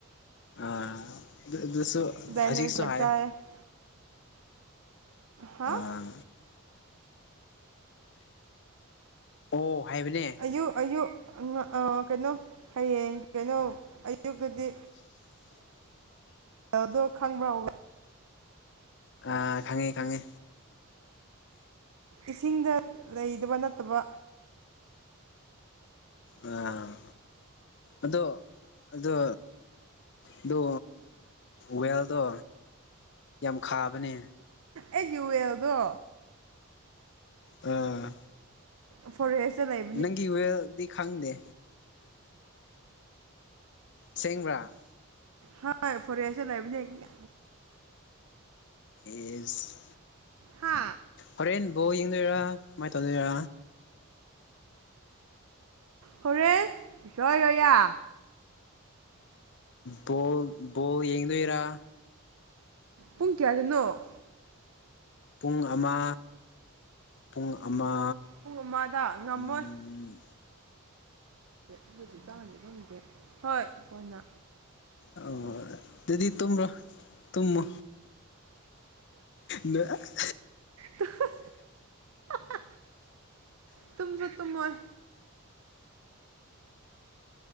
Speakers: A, on the left; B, on the right.
A: ꯑꯤ ꯑꯗꯨ ꯑꯗꯨꯁꯨ
B: <unintelligible>
A: ꯍꯧꯖꯤꯛꯁꯨ ꯍꯥꯏ
B: ꯍꯥ
A: ꯑꯥ ꯑꯣ ꯍꯥꯏꯕꯅꯦ
B: ꯑꯌꯨꯛ ꯑꯌꯨꯛ ꯑ ꯀꯩꯅꯣ ꯍꯌꯦꯡ ꯀꯩꯅꯣ ꯑꯌꯨꯛꯇꯗꯤ
A: <inaudible>
B: ꯑꯗꯣ ꯈꯪꯕ꯭ꯔꯥꯎ
A: ꯑꯥ ꯈꯪꯉꯦ ꯈꯪꯉꯦ
B: ꯏꯁꯤꯡꯗ ꯂꯩꯗꯕ ꯅꯠꯇꯕ
A: ꯑꯥ ꯑꯗꯣ ꯑꯗꯣ ꯑꯗꯣ ꯋꯦꯜꯗꯣ ꯌꯥꯝ ꯈꯥꯕꯅꯦ
B: ꯑꯩꯒꯤ ꯋꯦꯜꯗꯣ
A: ꯑꯥ
B: ꯐꯣꯔꯦꯁꯇ ꯂꯩ
A: ꯅꯪꯒꯤ ꯋꯦꯜꯗꯤ ꯈꯪꯗꯦ ꯁꯦꯡꯕ꯭ꯔꯥ
B: ꯍꯣꯏ ꯐꯣꯔꯦꯁꯇ ꯂꯩꯕꯅꯤ
A: ꯌꯦꯁ
B: ꯍꯥ
A: ꯍꯣꯔꯦꯟ ꯕꯣꯜ ꯌꯦꯡꯗꯣꯏꯔꯥ ꯀꯃꯥꯏꯅ ꯇꯧꯗꯣꯏꯔꯥ
B: ꯍꯣꯔꯦ ꯖꯣꯌ ꯌꯥ ꯑꯌꯥ
A: ꯕꯣꯜ ꯕꯣꯜ ꯌꯦꯡꯗꯣꯏ ꯔꯥ
B: ꯄꯨꯡ ꯀꯌꯥꯗꯅꯣ
A: ꯄꯨꯡ ꯑꯃ ꯄꯨꯡ ꯑꯃ
B: ꯄꯨꯡ ꯑꯃꯗ ꯉꯝꯃꯣꯏ
A: ꯑꯝ
B: ꯑꯗꯨꯁꯨ ꯆꯥꯅꯗꯤ ꯐꯪꯗꯦ ꯍꯣꯏ ꯈꯣꯏꯅ
A: ꯑꯣ ꯑꯗꯨꯗꯤ ꯇꯨꯝꯔꯣ ꯇꯨꯝꯃꯣ ꯅ ꯑꯥ
B: ꯍꯥ ꯍꯥ ꯍꯥ ꯇꯨꯝꯁꯨ ꯇꯨꯝꯃꯣꯏ